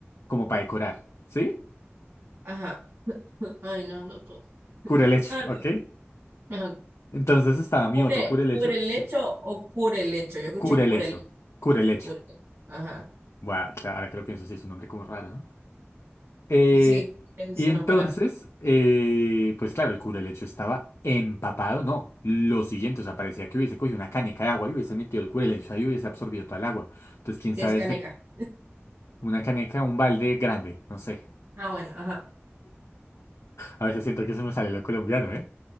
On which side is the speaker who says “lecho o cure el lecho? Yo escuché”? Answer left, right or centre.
Right